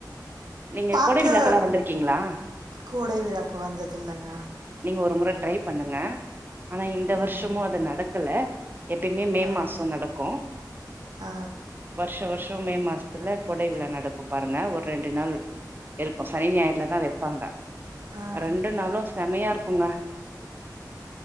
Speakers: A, on the right; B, on the right.
A: நீங்க
B: பார்க்க
A: கோடை விழாக்கெல்லா வந்திருக்கீங்களா
B: கேடை விழாக்கு வந்தது இல்லங்க
A: நீங்க ஒரு முற ட்ரை பண்ணுங்க ஆனா இந்த வருஷ
B: ம்
A: ஜும்மோ அது நடக்கல எப்பயுமே மே
B: ஆ
A: மாசம் நடக்கும்
B: ஆ ஆ
A: வருஷ வருஷ மே மாசத்துல கொடை விழா நடக்கும் பார் இருப்பங்க ஒரு ரெண்டு நாள் இருக்கும் சனி ஞாயிறலதான் வைப்பாங்க
B: ஆ
A: ரெண்டு நாளும் செம்மையா இருக்குங்க